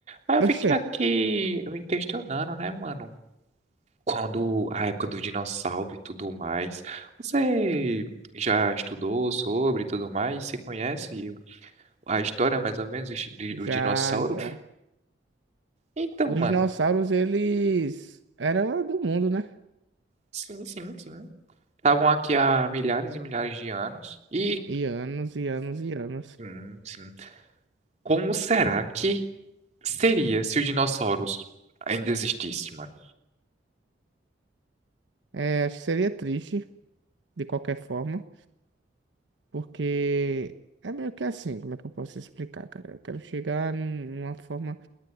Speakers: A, on the right (about 40°); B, on the right (about 80°).
A: Aí eu fiquei
B: Oxê,
A: aqui me questionando, né, mano? Quando a época do dinossauro e tudo mais. Você já estudou sobre e tudo mais? Você conhece? a história, mais ou menos, de-
B: já,
A: do dinossauro.
B: já.
A: Então,
B: Os
A: mano,
B: dinossauros, eles eram do mundo, né?
A: Sim, sim, sim. estavam aqui há milhares e milhares de anos. E
B: E anos, e anos, e anos.
A: sim, sim. Como será que seria se os dinossauros ainda existissem, mano?
B: É, acho que seria triste, de qualquer forma, porque é meio que assim, como é que eu posso explicar, cara? Eu quero chegar num- numa forma.